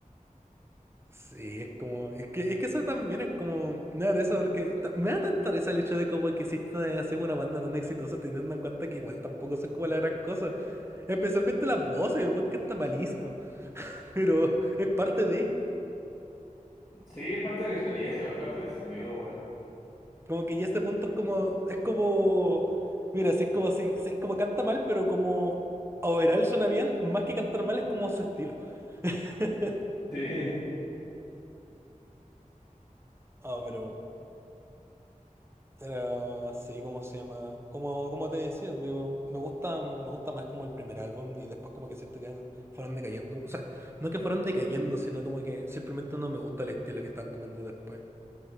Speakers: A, on the right; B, on the left.
A: Sí, es como, es que, es que eso también es como, me da risa porque ta- me da tanta risa el hecho de como que exista así una banda tan exitosa teniendo en cuenta que igual tampoco son como la gran cosa, especialmente las voces, el buen canta malísimo, pero es parte de,
B: Sí, es parte de la experiencia, weón. Parte del sonido, weón.
A: como que ya este punto es como, es como, mira, si es como, si, si es como canta mal, pero como overall suena bien, más que cantar mal es como su estilo. <laughs>
B: Sí.
A: Ah, pero Pero sí, ¿cómo se llama? Como, como te decía, digo, me gusta, me gusta más como el primer álbum y después como que siento que fueron decayendo. O sea, no que fueron decayendo, sino como que simplemente no me gusta el estilo que están tomando después.